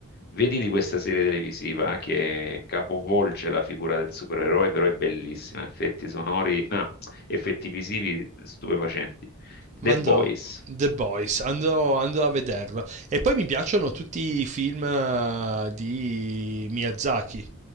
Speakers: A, on the left; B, on the right.
A: vedi di questa serie televisiva che capovolge la figura del supereroe, però è bellissima, effetti sonori, no, effetti visivi stupefacenti. The
B: Andrò
A: Boys.
B: The Boys, andrò, andrò a vederlo. E poi mi piacciono tutti i film eh, di Miyazaki.